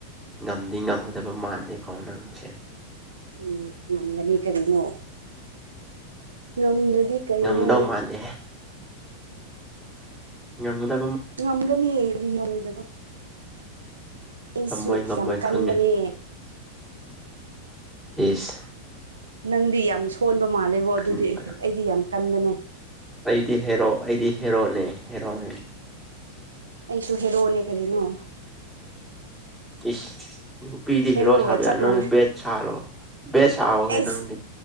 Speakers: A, in the centre; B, on the right (about 70°).
A: ꯉꯝꯗꯤ ꯉꯝꯒꯗꯕ ꯃꯥꯟꯂꯦꯀꯣ ꯅꯪꯁꯦ
B: ꯎꯝ ꯉꯗꯅꯤ ꯀꯔꯤꯅꯣ ꯅꯗ ꯗꯤ ꯀꯔꯤ
A: ꯉꯝꯗꯧ
B: ꯏꯣꯅ
A: ꯃꯥꯟꯗꯦ ꯉꯝꯗ
B: ꯉꯝꯒꯅꯤꯔꯤ ꯉ ꯕ ꯑꯩꯁꯨ
A: ꯉꯝꯃꯣꯏ ꯉꯝꯃꯣꯏ
B: ꯌꯥꯝ ꯀꯟꯕꯅꯦ
A: ꯈꯪꯉꯦ ꯌꯦꯁ
B: ꯅꯪꯗꯤ ꯌꯥꯝ ꯁꯣꯟꯕ ꯃꯥꯜꯂꯦꯕꯣ ꯑꯗꯨꯗꯤ
A: ꯈꯟꯕꯗꯣ
B: ꯑꯩꯗꯤ ꯌꯥꯝ ꯀꯟꯕꯅꯦ
A: ꯑꯩꯗꯤ ꯍꯦꯔꯣ ꯑꯩꯗꯤ ꯍꯦꯔꯣꯅꯦ ꯍꯦꯔꯣꯅꯦ
B: ꯑꯩꯇꯣ ꯍꯦꯔꯣꯅꯦ ꯀꯔꯤꯅꯣ
A: ꯎ ꯎ ꯄꯤꯗꯤ
B: ꯍꯦꯔꯣꯒ
A: ꯍꯦꯔꯣ ꯁꯥꯕ
B: ꯆꯞ
A: ꯌꯥ ꯅꯪ
B: ꯃꯥꯟꯅꯩ
A: ꯕꯦꯠ ꯁꯥꯔꯣ ꯦꯁꯑꯣꯍ
B: ꯑꯩꯁ
A: ꯅꯪꯗꯤ